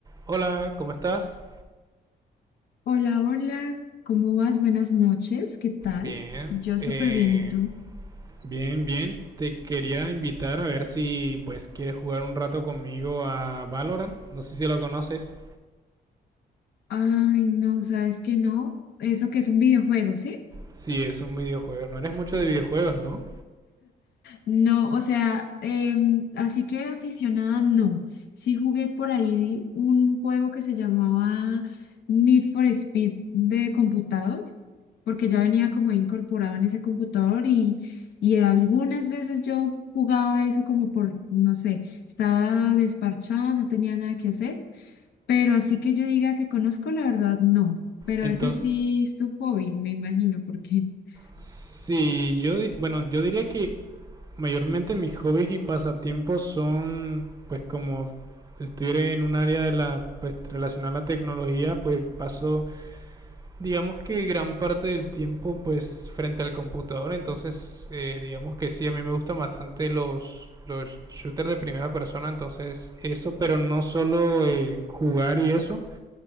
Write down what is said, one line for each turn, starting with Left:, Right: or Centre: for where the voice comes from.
Right: Hola, ¿cómo estás?
Left: Hola, hola, ¿cómo vas? Buenas noches, ¿qué tal?
Right: Bien,
Left: Yo
Right: eh,
Left: súper bien, ¿y tú?
Right: bien, bien. Te quería invitar a ver si pues quieres jugar un rato conmigo a Valorant. No sé si lo conoces.
Left: Ay, no, sabes que no, eso que es un videojuego, ¿sí?
Right: Si es un videojuego, no eres mucho de videojuegos, ¿no?
Left: No, o sea, em, así que aficionada no. Sí jugué por ahí un juego que se llamaba Need for Speed de computador, porque ya venía como incorporado en ese computador y, y algunas veces yo jugaba eso como por, no sé, estaba desparchada, no tenía nada que hacer Pero así que yo diga que conozco, la verdad, no. Pero
Right: Entonces,
Left: ese sí es tu hobby, me imagino, porque, <laughs>
Right: si yo, di- bueno, yo diría que mayormente mis hobbies y pasatiempos son pues como estoy en un área de la pues relacionada a la tecnología, pues paso digamos que gran parte del tiempo pues frente al computador, entonces eh, digamos que sí, a mí me gustan bastante los, los shooters de primera persona, entonces eso, pero no solo eh, jugar y eso,